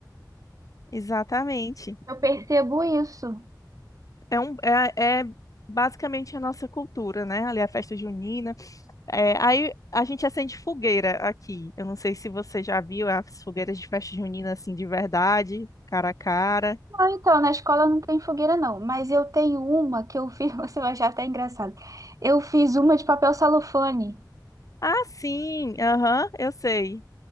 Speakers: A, on the left; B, on the right.
A: exatamente.
B: Eu percebo isso.
A: É, um, é, é basicamente a nossa cultura, né? Ali a festa junina. É, aí a gente acende fogueira aqui. Eu não sei se você já viu as fogueiras de festa junina assim de verdade, cara a cara.
B: Ah, então, na escola não tem fogueira, não. Mas eu tenho uma que eu fiz, <laughs> você vai achar até engraçado. Eu fiz uma de papel celofane.
A: Ah, sim, aham, eu sei.